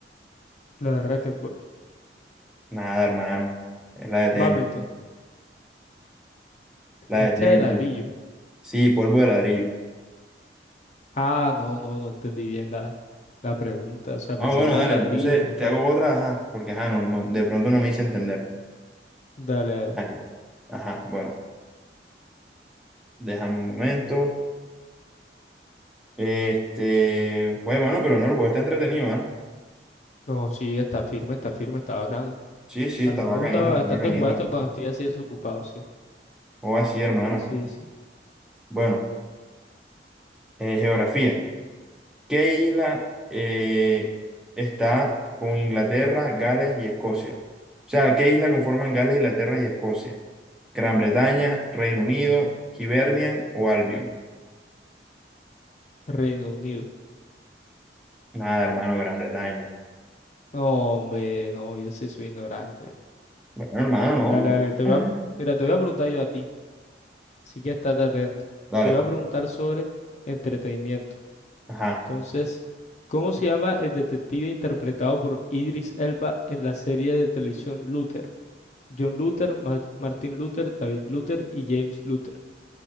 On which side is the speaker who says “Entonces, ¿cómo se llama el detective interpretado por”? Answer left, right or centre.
Left